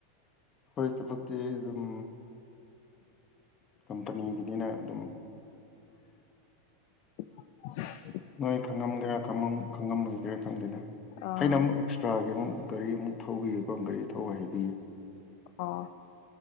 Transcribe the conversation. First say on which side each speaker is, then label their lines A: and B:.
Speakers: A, on the left; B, on the left.
A: ꯑꯈꯣꯏ ꯊꯕꯛꯇꯤ ꯗꯨꯝ ꯀꯝꯄꯅꯤꯒꯤꯅꯤꯅ ꯑꯗꯨꯝ
B: <inaudible>
A: ꯅꯣꯏ ꯈꯪꯉꯝꯒꯦꯔꯥ ꯈꯪꯉꯝ ꯈꯪꯉꯝꯃꯣꯏꯒꯦꯔꯥ ꯈꯪꯗꯦꯅꯦ
B: ꯑꯥ
A: ꯑꯩꯅ ꯑꯃꯨꯛ ꯑꯦꯛꯁꯇ꯭ꯔꯥ ꯌꯦꯡꯉꯣ ꯒꯥꯔꯤ ꯑꯃꯨꯛ ꯊꯧꯕꯤꯌꯦꯀꯣ ꯒꯥꯔꯤ ꯊꯧꯕ ꯍꯩꯕꯒꯤ
B: ꯑꯣ